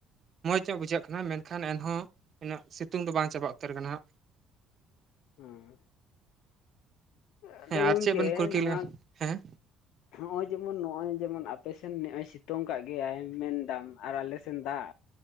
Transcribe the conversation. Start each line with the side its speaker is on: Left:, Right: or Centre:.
Right: ᱪᱚᱜ ᱵᱩᱡᱷᱟᱹᱜ ᱠᱟᱱᱟ ᱢᱮᱱᱠᱷᱟᱱ ᱮᱱᱦᱚᱸ ᱩᱱᱟᱹᱜ ᱥᱤᱛᱩᱝ ᱫᱚ ᱵᱟᱝ ᱪᱟᱵᱟ ᱩᱛᱟᱹᱨ ᱟᱠᱟᱱᱟ ᱦᱟᱸᱜ
Left: <inaudible> ᱟᱫᱚ
Right: ᱦᱮᱸ
Left: ᱜᱚᱢᱠᱮ
Right: ᱟᱨ ᱪᱮᱫ ᱵᱮᱱ ᱠᱩᱨᱠᱤ
Left: ᱱᱚᱶᱟ
Right: ᱞᱮ
Left: <inaudible>
Right: ᱦᱮᱸ
Left: ᱦᱚᱸᱜᱼᱚᱭ ᱡᱮᱢᱚᱱ ᱱᱚᱜᱼᱚᱭ ᱡᱮᱢᱚᱱ ᱟᱯᱮ ᱥᱮᱱ ᱱᱮᱜᱼᱚᱭ ᱥᱤᱛᱩᱝ ᱠᱟᱜ ᱜᱮᱭᱟᱭ ᱢᱮᱱ ᱫᱟᱢ ᱟᱨ ᱟᱞᱮ ᱥᱮᱱ ᱫᱟᱜ᱾